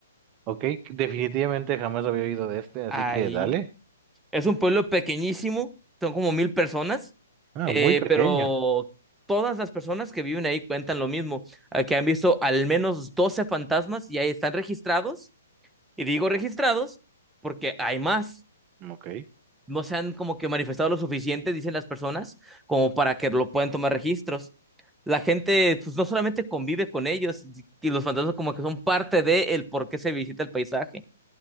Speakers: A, on the right; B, in the centre.
A: Ok, definitivamente jamás había oído de este, así
B: Ahí.
A: que dale.
B: Es un pueblo pequeñísimo, son como mil personas,
A: Ah,
B: eh,
A: muy pequeño.
B: pero todas las personas que viven ahí cuentan lo mismo, eh, que han visto al menos 12 fantasmas y ahí están registrados Y digo registrados porque hay más.
A: Ok,
B: No se han como que manifestado lo suficiente, dicen las personas, como para que lo puedan tomar registros. La gente, pues no solamente convive con ellos, y los fantasmas como que son parte de el por qué se visita el paisaje.